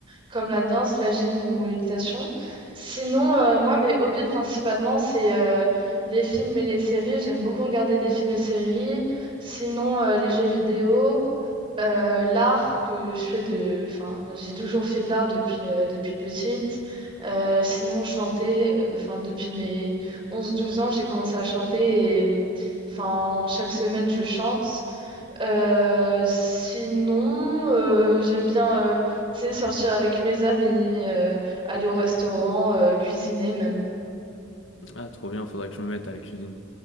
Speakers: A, on the right (about 25°); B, on the left (about 80°).
A: comme la danse, la gym ou l'équitation. Sinon, euh, moi, mes hobbies principalement, c'est euh, les films et les séries. J'aime beaucoup regarder des films et séries. Sinon, euh, les jeux vidéo. Euh, l'art que je fais de, enfin, j'ai toujours fait de l'art depuis, euh, depuis petite. Euh, sinon, chanter, euh, enfin, depuis mes onze douze ans, j'ai commencé à chanter et, hum, enfin, chaque semaine, je chante. Euh, sinon, euh, j'aime bien, euh, tu sais, sortir avec mes amis, euh, aller au restaurant, euh, cuisiner même.
B: Ah, trop bien, faudrait que je me mette à la cuisine.